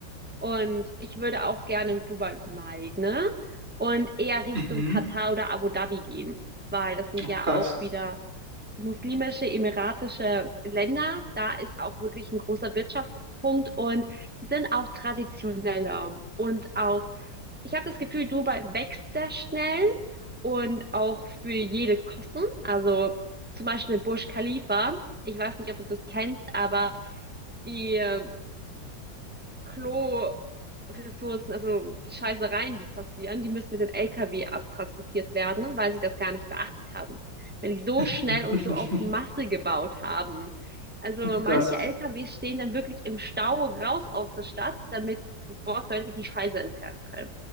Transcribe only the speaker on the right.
Mhm.
Ach,
krass.
<laughs>
Krass.